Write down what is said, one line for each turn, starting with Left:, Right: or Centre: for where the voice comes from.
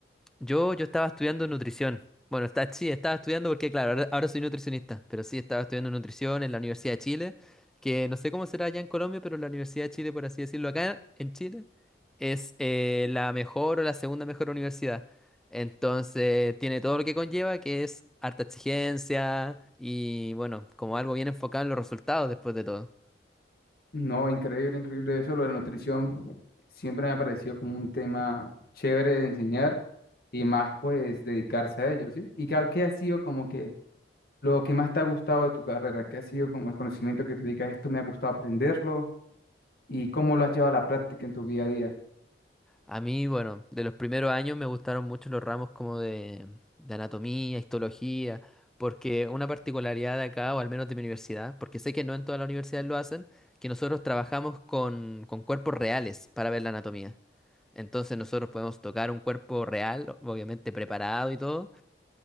Centre: Yo, yo estaba estudiando nutrición. Bueno, está, sí, estaba estudiando porque, claro, ahora, ahora soy nutricionista, pero sí, estaba estudiando nutrición en la Universidad de Chile, que no sé cómo será allá en Colombia, pero la Universidad de Chile, por así decirlo, acá en Chile, es eh, la mejor o la segunda mejor universidad. Entonces, tiene todo lo que conlleva, que es harta exigencia y, bueno, como algo bien enfocado en los resultados después de todo.
Left: No, increíble, increíble eso. Lo de la nutrición siempre me ha parecido como un tema chévere de enseñar y más pues dedicarse a ello, ¿sí? ¿Y qué, qué ha sido como que lo que más te ha gustado de tu carrera? ¿Qué ha sido como el conocimiento que te dedicas? Esto me ha gustado aprenderlo y cómo lo has llevado a la práctica en tu día a día.
Centre: A mí, bueno, de los primeros años me gustaron mucho los ramos como de, de anatomía, histología, porque una particularidad de acá, o al menos de mi universidad, porque sé que no en todas las universidades lo hacen, que nosotros trabajamos con, con cuerpos reales para ver la anatomía. Entonces nosotros podemos tocar un cuerpo real, obviamente preparado y todo,